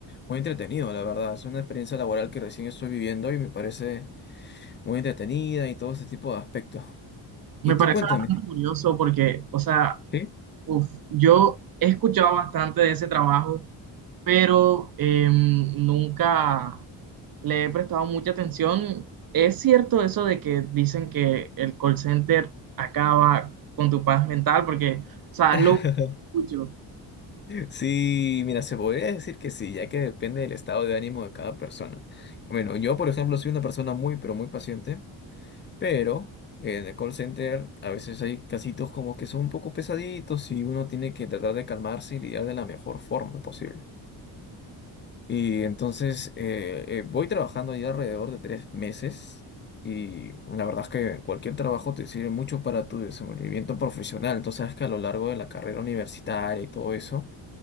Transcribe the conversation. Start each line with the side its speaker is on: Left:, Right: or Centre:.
Left: muy entretenido, la verdad. Es una experiencia laboral que recién estoy viviendo y me parece muy entretenida y todo ese tipo de aspectos.
Right: me
Left: Y tú
Right: parece
Left: cuéntame,
Right: bastante curioso porque, o sea,
Left: ¿sí?
Right: uf, yo he escuchado bastante de ese trabajo, pero em, nunca le he prestado mucha atención. ¿Es cierto eso de que dicen que el call center acaba con tu paz mental? Porque, o sea,
Left: <laughs>
Right: es lo que escucho.
Left: Sí, mira, se podría decir que sí, ya que depende del estado de ánimo de cada persona. Bueno, yo, por ejemplo, soy una persona muy, pero muy paciente. Pero eh, en el call center a veces hay casitos como que son un poco pesaditos y uno tiene que tratar de calmarse y lidiar de la mejor forma posible. Y entonces eh, eh, voy trabajando ya alrededor de tres meses y la verdad es que cualquier trabajo te sirve mucho para tu desenvolvimiento profesional. Entonces sabes que a lo largo de la carrera universitaria y todo eso,